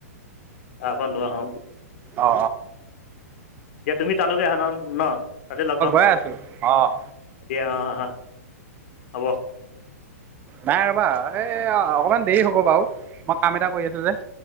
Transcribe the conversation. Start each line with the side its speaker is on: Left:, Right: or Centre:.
Left: তাৰ পৰা লৈ আহো। দিয়া
Right: অ
Left: তুমি তালৈকে আহা <unintelligible> ন' তাতে লগ পাম।
Right: ‌ <unintelligible> অ',
Left: <unintelligible> অ'হ'ব।
Right: নাই ৰ'বা এই য়া অকমান দেৰি হ'ব বাৰু মই কাম এটা কৰি আছো যে।